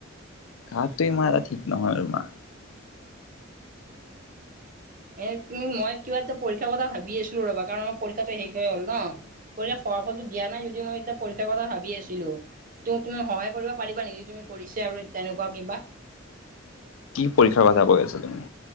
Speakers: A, on the left; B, on the right.
A: তাহঁতে মাৰা ঠিক নহয় আৰু মা
B: এ' তুমি মই কিবা এটা পৰীক্ষাৰ কথা ভাবি আছিলোঁ ৰ'বা, কাৰণ আমাৰ পৰীক্ষাটো শেষ হৈ গ'ল ন। পৰীক্ষাৰ ফলাফলটো দিয়া নাই যদিও মই এতিয়া পৰীক্ষাৰ কথা ভাবি আছিলোঁ। ত' তুমি সহায় কৰিব পাৰিবা নেকি, তুমি কৰিছা আৰু তেনেকুৱা কিবা?
A: কি পৰীক্ষাৰ কথা কৈ আছা তুমি?